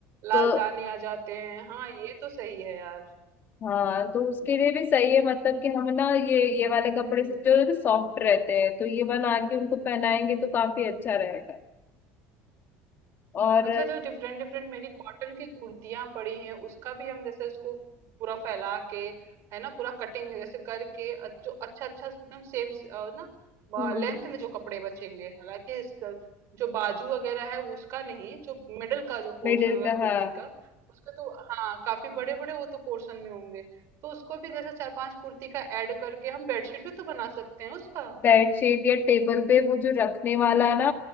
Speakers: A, on the right; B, on the left.
A: लाल
B: तो
A: दाने आ जाते हैं हाँ ये तो सही है यार
B: हाँ तो उसके लिए भी सही है मतलब कि हम ना ये ये वाले कपड़े
A: हम्म
B: से जो सॉफ्ट रहते हैं तो ये बना के उनको पहनाएंगे तो काफी अच्छा रहेगा और
A: अच्छा जो डिफरेंट डिफरेंट मेरी कॉटन की कुर्तियां पड़ी हैं उसका भी हम जैसे उसको पूरा फैला के है ना पूरा कटिंग जैसे करके अ- जो अच्छा अच्छा एकदम सेम ना
B: हम्म
A: लेंथ में जो कपड़े बचेंगे हालांकि इस- जो बाजू वगैरह है वो उसका नहीं जो मिडल का जो पोर्शन
B: मिडिल
A: होगा
B: का
A: कुर्ती
B: हाँ
A: का उसका तो हाँ काफी बड़े बड़े वो तो पोर्शन में होंगे तो उसको भी जैसे चार पांच कुर्ती का ऐड करके हम बेडशीट भी तो बना सकते हैं उसका
B: बेडशीट या टेबल पे वो जो रखने वाला ना